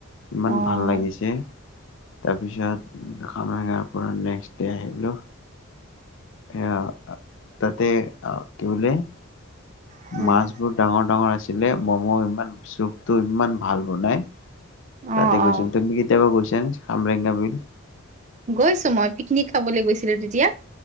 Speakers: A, on the left; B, on the right.
A: ইমান
B: অ'
A: ভাল লাগিছে। তাৰপিছত আমাৰ গাঁৱৰ পৰা নেক্সট ডে আহিলোঁ। এ তাতে কিহলে <unintelligible>
B: হয়।
A: মাছবোৰ ডাঙৰ-ডাঙৰ আছে। লে ম'ম ইমান চুপটো ইমান ভাল বনাই। তাতে
B: অ'
A: গৈছো।
B: অ'
A: তুমি কেতিয়াবা গৈছা? অমৰেগা বিল?
B: গৈছোঁ মই, পিকনিক খাবলৈ গৈছিলোঁ তেতিয়া।